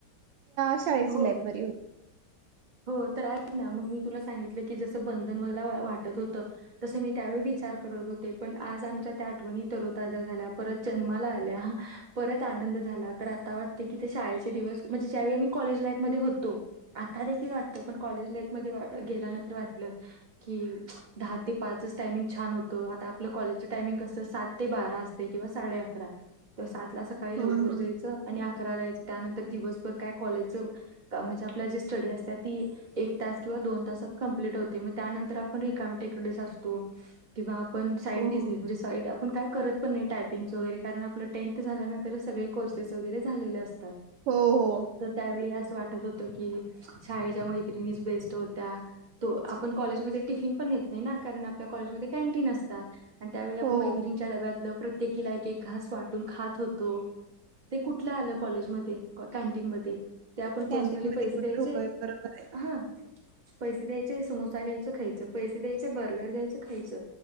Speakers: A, on the right; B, on the right.
A: शाळेची
B: हो
A: लाईफ बरी
B: हो तर आहेत ना मग मी तुला सांगितलं की जसं बंधन वला वाटत होतं तसं मी त्यावेळी विचार करत होते पण आज आमच्या त्या आठवणी तररोताजा झाल्या परत जन्माला आल्या परत आनंद झाला तर आता वाटते की ते शाळेचे दिवस म्हणजे ज्यावेळी आम्ही कॉलेज लाईफमध्येध्ये होतो देखील वाटतं पण कॉलेज गेल्यानंतर वाट की दहा ते पाचच टायमिंग छान होत आ आपलं कॉलेज सात ते बरा किंवा साडे अकरा सकाळी
A: होय
B: लवकर
A: होय
B: जायचं आणि रायलायचे त्यानंतर दिवस काय कॉलेज च म्हणजे आपला त्यासाठी एक तस किंवा व दोन तासात कॉमलीट होतय त्या नन्तर आपण रिकामं तेकडेच असतो तेव्हा पण साईड
A: हो
B: बिझनेस
A: हो.
B: म्हणजे साईड पण काय करत पण नाही टायपिंगचं वगैरे कारण आपलं टेन्थ झाल्यानंतर सगळे कोर्सेस वगैरे झाले असतते
A: हो हो
B: तर त्यावेळी असं वाटत होत तो की शाळेच्या मैत्रिणी बेस्ट होत्या तो आपण कॉलेजमध्ये टिफिन पण नेत नाही ना कारण आपल्या कॉलेजमध्ये कॅन्टीन असतात आणि त्यावेळी आपण मैत्रीणीच्या
A: हो
B: डब्यातल ते किला एक एक घास वाटून खात होतो ते कुठल्या आलं कॉलेजमध्येध्ये कॅन्टीन मध्ये ते आपण पर्सनली
A: कॅन्टीन मध्ये
B: पैसे
A: कुठले
B: द्या जे
A: होय बरोबर आहे.
B: ह पैसे द्यायचे समोसा घ्यायचं खायचं पैसे द्यायचे बर्गर घ्यायचं खायचं